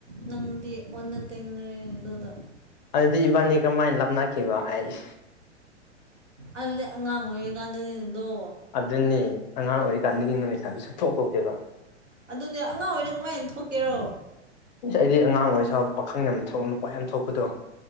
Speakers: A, on the right (about 85°); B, on the left (about 40°).
A: ꯅꯪꯗꯤ ꯑꯣꯟꯅ ꯇꯩꯅꯔꯦꯅꯦ ꯑꯗꯨꯗꯣ
B: ꯑꯗꯨꯗꯤ ꯏꯕꯥꯟꯅꯤ ꯀꯔꯝꯃꯥꯏꯅ ꯂꯥꯞꯅꯈꯤꯕ ꯑꯩꯏꯁ
A: ꯑꯗꯨꯗꯤ ꯑꯉꯥꯡ ꯑꯣꯏꯔꯤꯀꯥꯟꯗꯅꯤꯅꯥ ꯑꯗꯣ
B: ꯑꯗꯨꯅꯦ ꯑꯉꯥꯡ ꯑꯣꯏꯔꯤꯀꯥꯟꯗꯒꯤ ꯅꯪ ꯂꯩꯁꯥꯕꯤ ꯁꯨꯡꯊꯣꯛ ꯊꯣꯛꯇꯦꯕ
A: ꯑꯗꯨꯅꯦ ꯑꯉꯥꯡ ꯑꯣꯏꯔꯤ ꯀꯃꯥꯏꯅ ꯊꯣꯛꯀꯦꯔꯣ
B: ꯏꯁ ꯑꯩꯗꯤ ꯑꯉꯥꯡ ꯑꯣꯏꯔꯁꯨ ꯄꯥꯈꯪ ꯌꯥꯝ ꯊꯣꯛ ꯅꯨꯄꯥ ꯌꯥꯝ ꯊꯣꯛꯄꯗꯣ